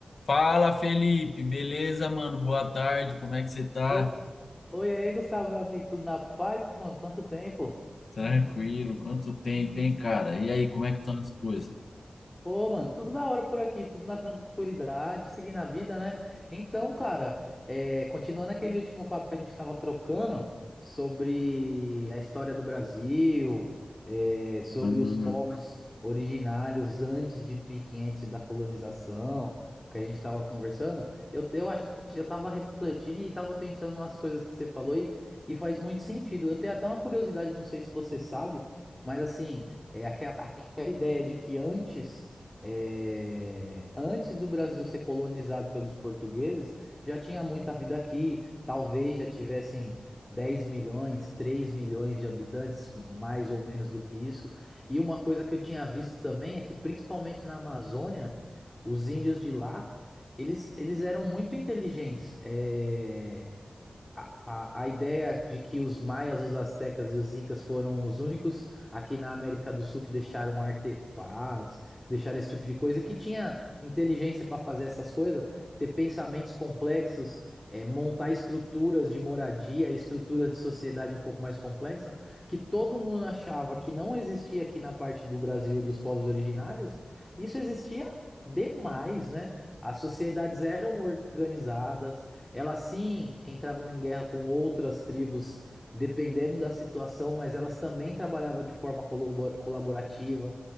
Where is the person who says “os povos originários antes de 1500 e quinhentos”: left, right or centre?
Left